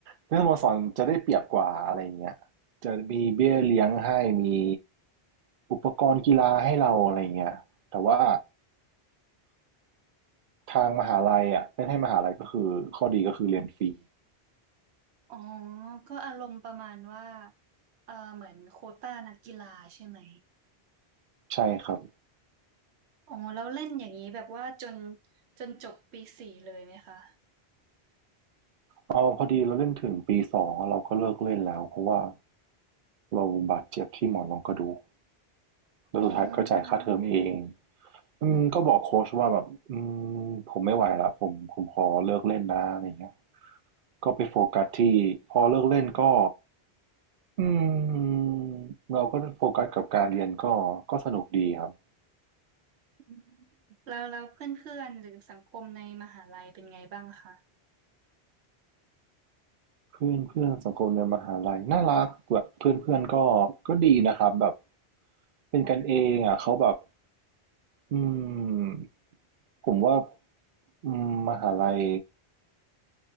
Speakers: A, on the right; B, on the right.
A: เล่นสโมสรจะได้เปรียบกว่าอะไรอย่างเงี้ยจะมีเบี้ยเลี้ยงให้มีอุปกรณ์กีฬาให้เราอะไรอย่างเงี้ยแต่ว่า ทางมหาลัยอะเล่นให้มหาลัยก็คือข้อดีก็คือเรียนฟรี
B: อ๋อก็อารมณ์ประมาณว่าเออเหมือนโควต้านักกีฬาใช่ไหม
A: ใช่ครับ
B: อ๋อแล้วเล่นอย่างนี้แบบว่าจนจนจบปีสี่เลยไหมคะ
A: เอาพอดีเราเล่นถึงปี2องวเราก็เลิกเล่นแล้วเพราะว่าเราบาดเจ็บที่หมอนรองกระดูกแล้วสุดท้ายก็จ่ายค่าเทอมเอง
B: อ๋อ
A: อืมก็บอกโค้ชว่าแบบอืมผมไม่ไหวละผมผมขอเลิกเล่นนะอะไรเงี้ยก็ไปโฟกัสที่พอเลิกเล่นก็อืมเราก็โฟกัสกับการเรียนก็ก็สนุกดีครับ
B: อืมแล้วแล้วเพื่อนๆหรือสังคมในมหาลัยเป็นไงบ้างคะ
A: เพื่อนเพื่อนสังคมในมหาลัยน่ารักแบบเพื่อนเพื่อนก็ก็ดีนะครับแบบเป็นกันเองอ่ะเขาแบบอืมผมว่าอืมมหาลัย